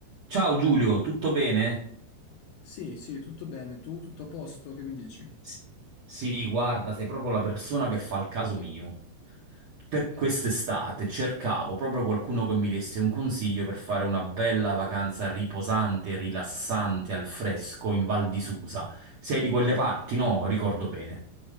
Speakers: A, on the right (about 60°); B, on the left (about 70°).
A: Ciao Giulio, tutto bene?
B: Sì, sì, tutto bene. Tu, tutto a posto? Che mi dici?
A: S- Sì, guarda, sei proprio la persona che fa il caso mio. Per quest'estate cercavo proprio qualcuno che mi desse un consiglio per fare una bella vacanza riposante, rilassante, al fresco in Val di Susa. Sei di quelle parti, no? Ricordo bene.